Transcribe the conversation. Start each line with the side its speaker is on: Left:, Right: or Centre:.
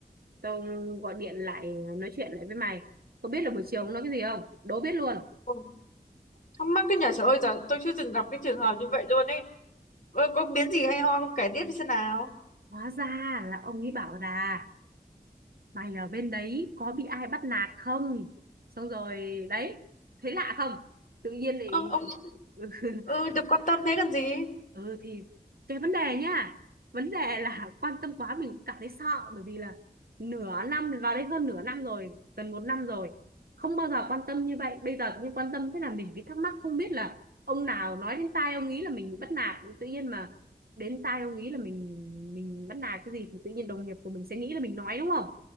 Right: tôi gọi điện lại nói chuyện lại với mày có biết là buổi chiều ông nói cái gì không đố biết luôn
Left: Ôi, thắc mắc cái nhà trời ơi giờ tôi chưa từng gặp cái trường hợp như vậy luôn ấy có, có biến gì hay ho không kể tiếp đi xem nào
Right: hóa ra là ông ấy bảo là mày ở bên đấy có bị ai bắt nạt không xong rồi đấy thấy lạ không tự nhiên lại
Left: Ơ, ông
Right: <laughs>
Left: ừ, được quan tâm thế cần gì
Right: ừ thì cái vấn đề nhá vấn đề là <laughs> quan tâm quá mình cảm thấy sợ bởi vì là nửa năm vào đây hơn nửa năm rồi gần một năm rồi không bao giờ quan tâm như vậy bây giờ tự nhiên quan tâm thế là mình bị thắc mắc không biết là ông nào nói đến tai ông ý là mình bắt nạt tự nhiên mà đến tai ông ý là mình mình bắt nạt cái gì thì tự nhiên đồng nghiệp của mình sẽ nghĩ là mình nói đúng không